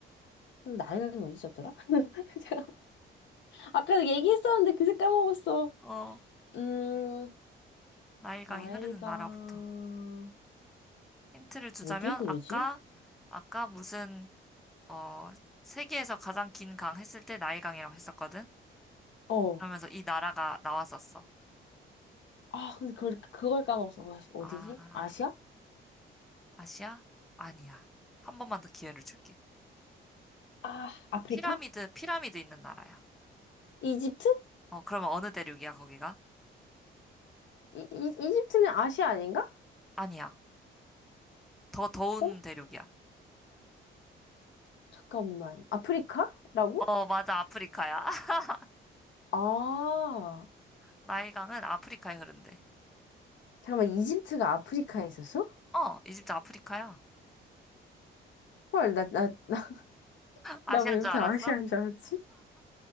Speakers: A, on the left; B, in the centre.
A: 근데 나일강이 어디 있었더라? <laughs> 잠깐만. 아까 얘기했었는데 그새 까먹었어.
B: 어,
A: 음,
B: 나일강이
A: 나일강,
B: 흐르는 나라부터. 힌트를 주자면
A: 어디 흐르지?
B: 아까 아까 무슨 어 세계에서 가장 긴 강 했을 때 나일강이라고 했었거든.
A: 어.
B: 그러면서 이 나라가 나왔었어.
A: 아, 근데 그걸, 그걸 까먹었어. 아, 어디지?
B: 아,
A: 아시아?
B: 아시아? 아니야. 한 번만 더 기회를 줄게.
A: 아, 아프리카?
B: 피라미드, 피라미드 있는 나라야.
A: 이집트?
B: 어, 그러면 어느 대륙이야, 거기가?
A: 이, 이, 이집트는 아시아 아닌가?
B: 아니야. 더 더운
A: 어?
B: 대륙이야.
A: 잠깐만. 아프리카라고?
B: 어, 맞아. 아프리카야. <laughs>
A: 아,
B: 나일강은 아프리카에 흐른대.
A: 잠깐만. 이집트가 아프리카에 있었어?
B: 어, 이집트 아프리카야.
A: 헐, 나, 나, 나, <laughs>
B: 아시안
A: 나 왜 이렇게
B: 줄 알았어?
A: 아시아인 줄 알았지?